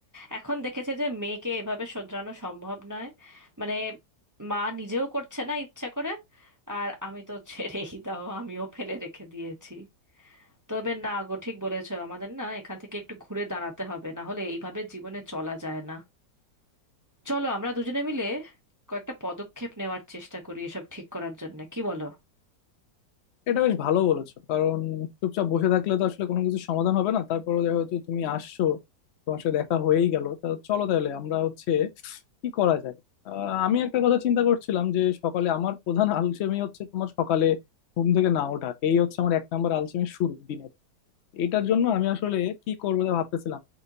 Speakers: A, on the right; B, on the left.
A: এখন দেখেছে যে মেয়েকে এভাবে শোধরানো সম্ভব নয় মানে মা নিজেও করছে না ইচ্ছা করে আর আমি তো ছেড়েই দাও আমিও ফেলে রেখে দিয়েছি তবে না গো ঠিক বলেছো আমাদের না এখান থেকে একটু ঘুরে দাঁড়াতে হবে না হলে এইভাবে জীবনে চলা যায় না চলো আমরা দুজনে মিলে কয়েকটা পদক্ষেপ নেওয়ার চেষ্টা করি এসব ঠিক করার জন্য কি বলো
B: এটা বেশ ভালো বলেছো কারণ চুপচাপ বসে থাকলে তো আসলে কোনো কিছু সমাধান হবে না তারপরে যেহেতু তুমি আসছো তোমার সাথে দেখা হয়েই গেল তা চলো তাহলে আমরা হচ্ছে কি করা যায় আহ, আমি একটা কথা চিন্তা করছিলাম যে সকালে আমার প্রধান <laughs> আলসেমি হচ্ছে তোমার সকালে ঘুম থেকে না ওঠা এই হচ্ছে আমার এক নম্বর আলসেমি শুরু দিনের এটার জন্য আমি আসলে কি করবো তা ভাবতেছিলাম